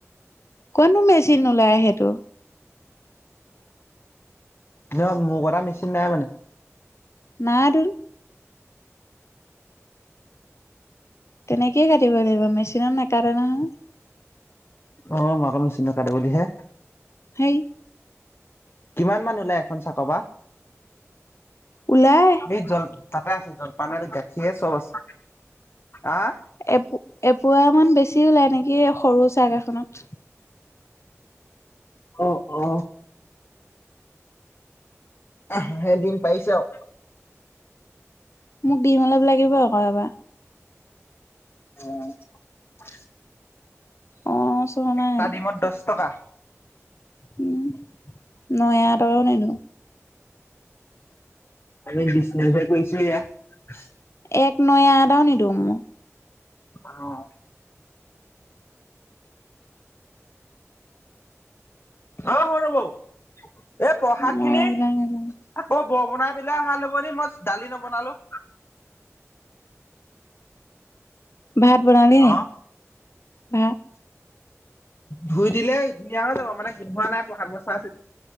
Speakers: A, on the left (about 65°); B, on the left (about 45°).
A: কতনো মেচিন ওলাই সেইটো।
B: য় মৌ কটা মেচিন নাই মানে?
A: নাইটো। তেনেকেইে কাটিব লাগিব, মেচিনত নেকাতে নহয়।
B: অ ম আক মেচিনত কাতে বুলিহে।
A: হেই'।
B: কিমান মান ওলায় এখন চাক পা?
A: ওলাই
B: এই জল তাতে আছে, জলপান আৰু গাখীৰে চব আছে। আহ
A: এপো এপোৱা মান বেছি ওলায় নেকি সৰু চাগ এখনত।
B: অ' অ'। হাঁহে দিম পাইছে আও।
A: মোক দিম অলপ লাগিব আকৌ এইবাৰ।
B: অ'।
A: অ চোৱা নাই
B: একটা দিমত দহ টকা।
A: উম' নয়া একাও নিদো।
B: আমি বিজনেছ হে কৰিছো ইয়া।
A: এক নয়া এটাও নিদিওঁ মই।
B: অহ অ সৰু বৌ এই প্ৰসাদ
A: মই
B: খিনি
A: এইবিলাক নাজানো
B: আকৌ বৰ বনাই পেলাই অহালৈ মই দালি নবনালো।
A: ভাত, বনালি
B: অ
A: ভাত-
B: ধুই দিলে ধুনীয়া হৈ যাব মানে শুকুৱা নাই প্ৰসাদ